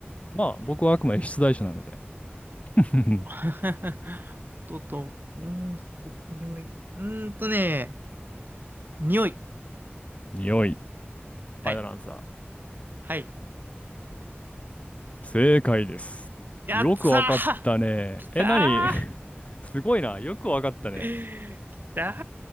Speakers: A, on the left; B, on the right.
A: まあ、僕はあくまで出題者なので。<laughs>
B: <laughs> 音と、温度と、匂い。うーんとね、匂い。
A: 匂い。
B: はい。
A: ファイナルアンサ
B: はい。
A: ー。正解です。
B: やったー
A: よくわかったね。
B: きた
A: え、なに <laughs> すごいな。よくわかったね。
B: ーきたー